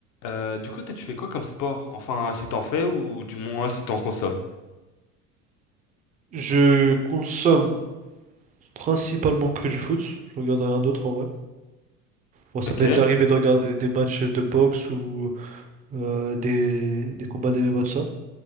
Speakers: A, on the left; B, on the right.
A: Euh, du coup, toi, tu fais quoi comme sport? Enfin, si t'en fais ou du moins si t'en consommes.
B: Je consomme principalement que du foot. Je regarde rien d'autre en vrai. Bon, ça
A: Ok.
B: m'est déjà arrivé de regarder des matchs de boxe ou euh, des, des combats d'MMA de ça.